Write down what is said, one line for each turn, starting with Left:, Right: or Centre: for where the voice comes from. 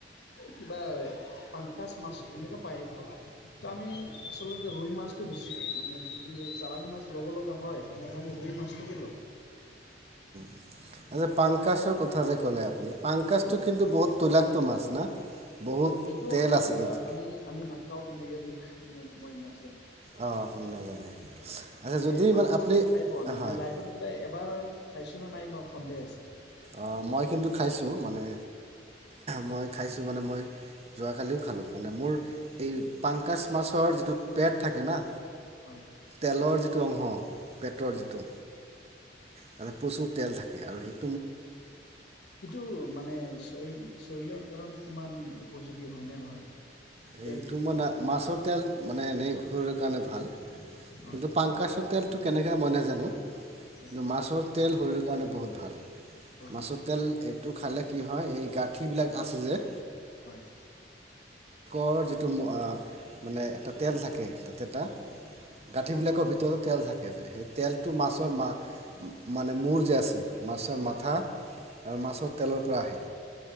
Left: কিবা পাংকাচ মাছ এনেকাে পায় সেটো আমি আচলতে ৰই মাছটো বেছি মানে যদি চালানি মাছ ল'ব লগা হয়। তেনেহ'লে আমি <unintelligible>
Right: আ পাংকাচৰ কথা যে ক'লে আপুনি। পাংকাজটো
Left: হয়
Right: কিন্তু বহুত তুলাকটো মাছ না। বহুত
Left: এইটোও
Right: তেল
Left: এইটো
Right: আছে কিন্তু
Left: আমি আমি নাখাও কিন্তু ইয়াৰ বিষয়ে ন মই নাজানো।
Right: অ', আপুনি নাজানে। আচ্ছা যদি
Left: মই পাংকাচ
Right: মানে আপুনি
Left: মাছ খাই পোৱা নাই,
Right: হয়
Left: মই লাইফত বোধহয় এবাৰ খাইছোঁ না নাই মোৰ সন্দেহ আছে।
Right: অ', মই কিন্তু খাইছোঁ, মানে মই খাইছোঁ। সেটো মানে মই যোৱাকালিও খালোঁ মানে মোৰ এই পাংকাছ মাছৰ যিটো পেট থাকে না
Left: হয় হয়
Right: তেলৰ যিটো অংশ, পেটৰ
Left: হয়
Right: যিটো তাতে প্ৰচুৰ তেল থাকে আৰু সেই
Left: সেইটো মানে চ চৰীৰৰ কাৰণে কিমান উপযোগী হয় নে নহয়। তেলটো
Right: এই তোমানা মাছত তেল মানে এনেই শৰীৰৰ কাৰণে ভাল।
Left: হয়
Right: কিন্তু পাংকাচৰ তেলটো কেনেকা মই নাজানো। কিন্তু
Left: হয়
Right: মাছত তেল শৰীৰৰ কাৰণে বহুত ভাল।
Left: বহুত
Right: মাছুৰ
Left: ভাল ন
Right: তেল এইটো খালে কি হয় এই গাঁঠিবিলাক আছে যে
Left: হয়।
Right: অঁ জিটো ম আ মানে এটা তেল থাকে তেটা
Left: হয়
Right: গাঁঠিবিলাকৰ ভিতৰত তেল থাকে। <unintelligible> তেলটো মাছৰ মা মানে মূৰ যে আছে মাছৰ
Left: হয়
Right: মাথা আৰু মাছৰ তেলৰ পৰা আহে